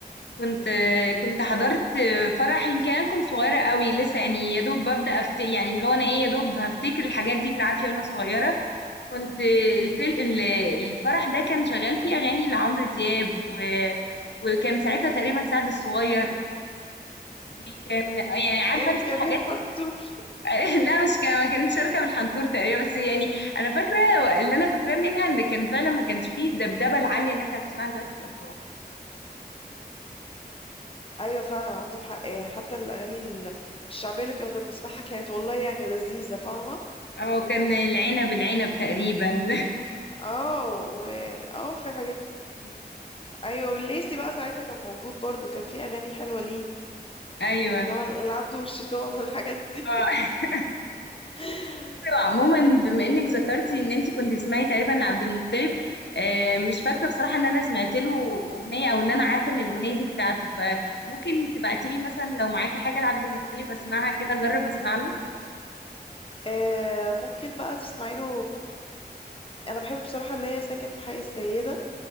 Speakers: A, on the left; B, on the left.
A: كنت كنت حضرت فرح يمكن انا كنت صغيره قوي لسه يعني يا دوب ببدا أفت... يعني اللي هو انا ايه يا دوب هفتكر الحاجات دي بالعافيه وانا صغيره كنت الفل... ال- الفرح ده كان شغال فيه اغاني لعمرو دياب و... وكان ساعتها تقريبا سعد الصغير وكان يعني عارفه
B: اركبي
A: انت الحاجات
B: الحنطور
A: <laughs> لا مش كان ما كانتش شركه من الحنطور تقريبا بس يعني انا فاكره اللي انا فاكراه منها ان كان فعلا ما كانش فيه الدبدبه العاليه اللي احنا بنسمعها دلوقتي في الافراح
B: ايوه فعلا عندك حق يعني حتى الاغاني ال- الشعبية اللي كنا بنسمعها كانت والله يعني لذيذة فاهمة
A: او كان العنب العنب تقريبا
B: اه و اه في حاجات
A: <laughs>
B: ايوه والليسي بقى ساعتها كان موجود برضو كان في اغاني حلوة ليه
A: ايوه
B: اللي هو العبد والشيطان والحاجات دي
A: اه <laughs>
B: <laughs>
A: عموما بما انك ذكرتي ان انت كنت تسمعي تقريبا لعبد المطلب آه، مش فاكره بصراحه ان انا سمعت له اغنيه او ان انا عارفه ان الاغنيه دي بتاعته فممكن تبعتي لي مثلا لو معاكي حاجه لعبد المطلب اسمعها كده اجرب اسمع له
B: آه، ممكن بقى تسمعي له انا بحب بصراحة اللي هي ساكن في حي السيدة